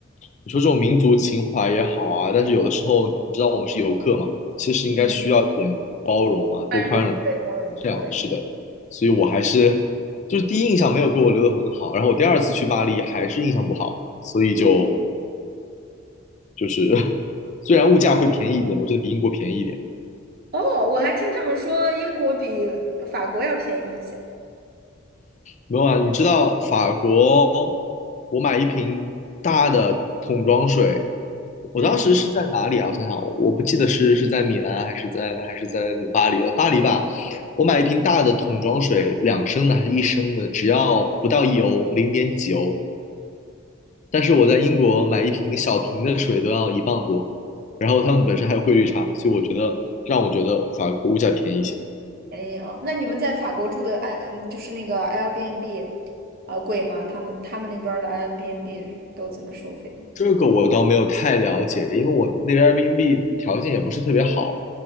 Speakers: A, on the left; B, on the right.
A: 你说这种民族情怀也好啊，但是有的时候你知道我们是游客嘛，其实应该需要一点包容啊，
B: 嗯，
A: 多宽容。
B: 宽容，对，包容，
A: 这样是的，
B: 对。
A: 所以我还是就是第一印象没有给我留的很好，然后我第二次去巴黎还是印象不好，所以就就是虽然物价会便宜一点，我觉得比英国便宜一点。
B: 哦，我还听他们说英国比法国要便宜一些。
A: 没有啊，你知道法国，我买一瓶大的桶装水，我当时是在哪里啊？
B: 嗯，
A: 我想想，我不记得是是在米兰还是在还是在巴黎了，巴黎吧。我买一瓶大的桶装水，两升的还是一升的，只要不到一欧，零点几欧。但是我在英国买一瓶小瓶的水都要一磅多，然后他们本身还有汇率差，所以我觉得让我觉得法国物价便宜一些。
B: 便宜哦。那你们在法国住的 i 嗯，就是那个 Airbnb，啊，贵吗？他们他们那边儿的 Airbnb 都怎么收费的？
A: 这个我倒没有太了解，因为我那个 Airbnb 条件也不是特别好，